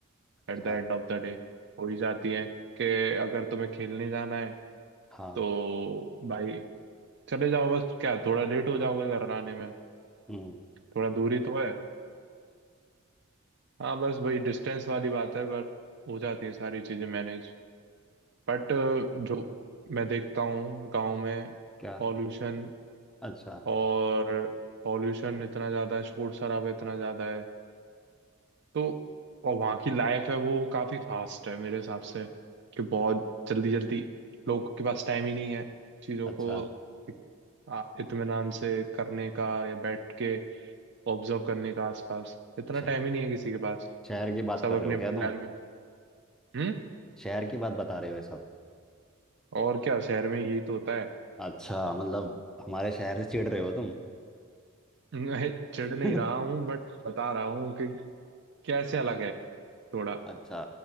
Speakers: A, in the centre; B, on the right.
A: अच्छा
B: At the end of the day हो ही जाती हैं कि अगर तुम्हें खेलने जाना है
A: हाँ
B: तो भाई चले जाओ बस क्या थोड़ा लेट हो जाओगे घर आने में
A: हम्म
B: थोड़ा दूरी तो है हाँ बस वही डिस्टेंस वाली बात है बट हो जाती हैं सारी चीज़ें मैनेज बट जो मैं देखता हूँ गांव में
A: क्या
B: पॉल्यूशन
A: अच्छा
B: और पॉल्यूशन इतना ज़्यादा है शोर शराबा इतना ज़्यादा है तो और वहाँ की लाइफ है वो काफ़ी फास्ट है मेरे हिसाब से कि बहुत जल्दी जल्दी लोगों के पास टाइम ही नहीं है चीज़ों
A: अच्छा
B: को एक, आ, इत्मीनान से करने का या बैठ के ऑब्जर्व करने का आसपास इतना
A: शह-
B: टाइम ही नहीं है किसी के पास
A: शहर की बात
B: सब
A: कर रहे
B: अपनी
A: हो
B: अपनी
A: क्या तुम
B: लाइफ में हम्म?
A: शहर की बात बता रहे हो ये सब
B: और क्या शहर में यही तो होता है
A: अच्छा मतलब हमारे शहर से चिढ़ रहे हो तुम
B: मैं चिढ़
A: <laughs>
B: नहीं रहा हूँ बट बता रहा हूँ कि कैसे अलग है थोड़ा
A: अच्छा